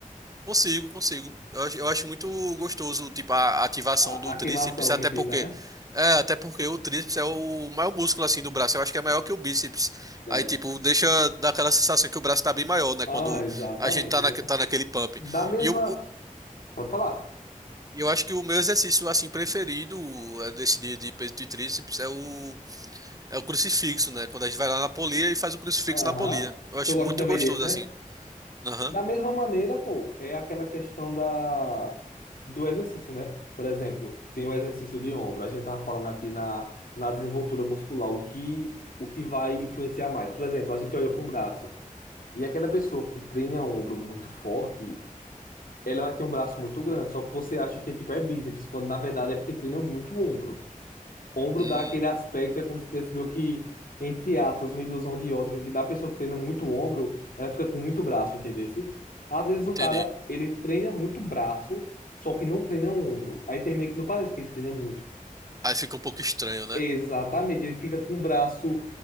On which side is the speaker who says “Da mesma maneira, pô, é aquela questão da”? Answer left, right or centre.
Left